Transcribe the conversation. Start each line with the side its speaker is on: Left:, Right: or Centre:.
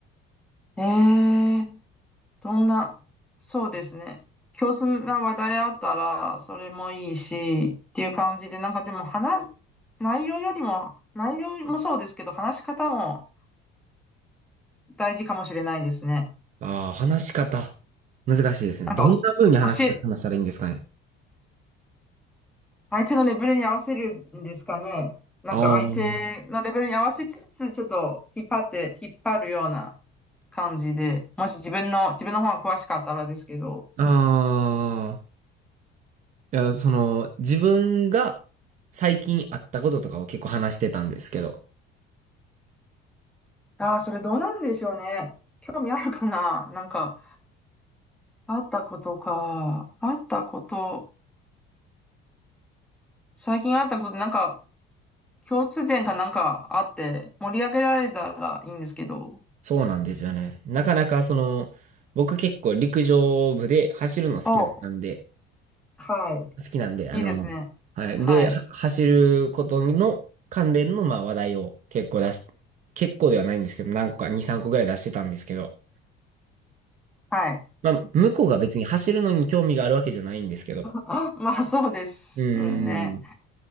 Centre: えー、どんな、そうですね。共通な話題あったら、それもいいし、っていう感じで、なんかでも話、内容よりも、内容もそうですけど、話し方も大事かもしれないですね。
Right: ああ、話し方。難しいですね。
Centre: なんかおし、
Right: どんな風に話した、
Centre: 教え、
Right: 話したらいいんですかね。
Centre: 相手のレベルに合わせるんですかね。なんか相手のレベルに合わせつつ、
Right: あ
Centre: ちょっと引っ張って、引っ張るような感じで、もし自分の、自分の方が詳しかったらですけど。
Right: あ、ああ、いや、その、自分が最近あったこととかを結構話してたんですけど、
Centre: ああ、それどうなんでしょうね。興味あるかななんか、あったことか。あったこと、最近あったことなんか、共通点かなんかあって、盛り上げられたらいいんですけど。
Right: そうなんですよね。なかなか、その、僕結構陸上部で走るの好きだったんで、
Centre: お、は
Right: 好きなんで、あの、
Centre: い。いいですね。
Right: はい。
Centre: はい。
Right: で、は走ることの関連の、まあ、話題を結構出す。結構ではないんですけど、何個か、2、3個ぐらい出してたんですけど、
Centre: はい。
Right: まあ、向こうが別に走るのに興味があるわけじゃないんですけど、
Centre: あ、まあそうですね。
Right: うーん。